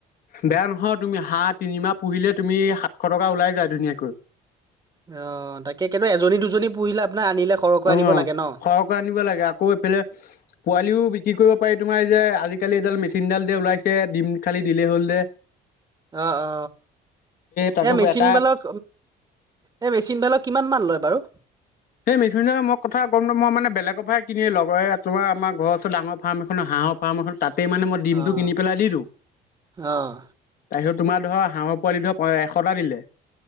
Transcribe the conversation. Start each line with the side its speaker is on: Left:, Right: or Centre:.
Left: বেয়া নহয় তুমি হা তিনিমাহ পুহিলে তুমি, সাতশ টকা ওলাই যায় ধুনীয়াকৈ।
Right: অ, তাকেই কিন্তু এজনী দুজনী পুহিলে আপোনাৰ আনিলে সৰহকৈ
Left: অ,
Right: আনিব লাগে ন
Left: সৰহকৈ আনিব লাগে আকৌ এইফালে পোৱালিও বিক্ৰী কৰিব পাৰি তোমাৰ এই যে আজিকালি এডাল মেচিনডালদে ওলাইছে দিম খালি দিলেই হ'ল দে
Right: অ-অ,
Left: তাতো
Right: এই মেচিনবালক
Left: এটা
Right: অ-মেচিনবালক কিমান মান লয় বাৰু
Left: এই মেচিনডালৰ মোক কথা গম ননাপাও মই মানে বেলেগৰ পৰাহে কিনিে লগৰে তোমাৰ আমাৰ ঘৰৰ ওচৰলৈ ডাঙৰ ফাৰম এখন আহা হাঁহৰ ফাৰ্ম এখন তাতেই মানে মই ডিমটো
Right: অঁ
Left: কিনি পেলাই দি দিওঁ
Right: অঁ
Left: তাইচত তোমাৰ ধৰ হাঁহৰ পোৱালি ধৰ এশটা দিলে